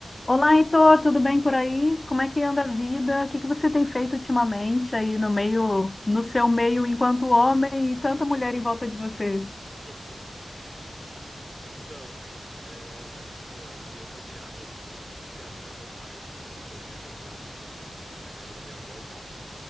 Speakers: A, on the left; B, on the right.
A: Olá, Heitor, tudo bem por aí? Como é que anda a vida? O que que você tem feito ultimamente aí no meio, no seu meio enquanto homem e tanta mulher em volta de você?
B: <laughs> En- Então, cara, é, pô, aqui eu fui criado, eu fui- eu não fui criado com o meu pai, eu fui criado pela minha mãe, basicamente, na casa da minha avó e tal.